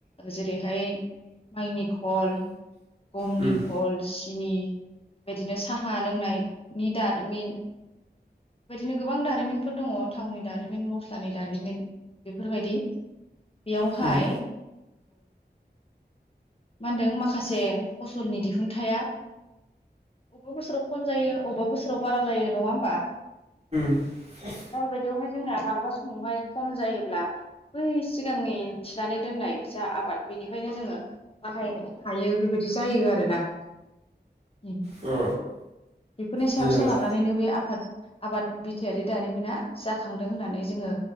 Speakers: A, on the left; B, on the right.
A: जेरै-। हाय माइनि खल गमनि।
B: उम
A: खल सिनि बेबायदिनो साहा लोंनायनायनि दारिमिन। बेबायदिनो गोबां दारिमिनफोर दङ थावनि दारिमिन मस्लानि दारिमिन। बेफोरबायदि बेयावहाय।
B: उम
A: मा होनदों माखासे फसलनि दि हुनथाया अबेबा बोसोराव खम जायो अबेबा बोसो राव बारा जायो नङा होमबा।
B: <unintelligible>
A: दा बेबायदियावहाय जोंना मालाबा समावहाय खम जायोब्ला बै सिगांनि थिनानै दोननाय। जा आबाद बेनिखायनो जोङो बाहायनो हायो बेबायदि जायो आरोना। उम
B: अ
A: बेफोरनि सायाव
B: जेनेबा
A: सोनारना नायनो बे आफाद आबाद बिथथायारि दारिमिना जा खांदों होननानै जोङो